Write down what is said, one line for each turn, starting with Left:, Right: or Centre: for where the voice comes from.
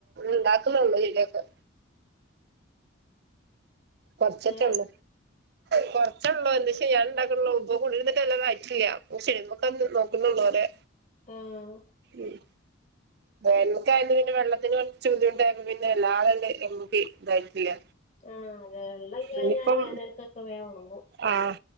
Right: ഇണ്ടാക്ക്ന്നൊള്ളൂ ചെടിയൊക്കെ കൊർച്ചിട്ട്ണ്ട്
Left: ഏഹ്
Right: കൊറച്ചള്ളോ എന്താചെയ്യാന് ഇണ്ടാക്ക്ണൊള്ളു ഇപ്പ കുടിര്ന്ന്ട്ട് വല്ലാതെ ആയിട്ടില്ല ചെടിമ്മക്കൊന്നും നോക്ക്ന്നൊള്ളു അതെ
Left: ആഹ്
Right: ഉം വേനൽക്കായന്ന് പിന്നെ വെള്ളത്തിന് കൊർച്ച് ബുദ്ധിമുട്ടായിരുന്നു പിന്നെ വല്ലാതെങ്ങട്ട് അയിമ്മക്ക് ഇതായിട്ടില്ല
Left: ആഹ് അതെ വെള്ളല്ല്യാഞ്ഞാല്
Right: ഇനിയിപ്പം
Left: വേനൽക്കൊക്കെ വേം ഒണങ്ങും
Right: ആഹ്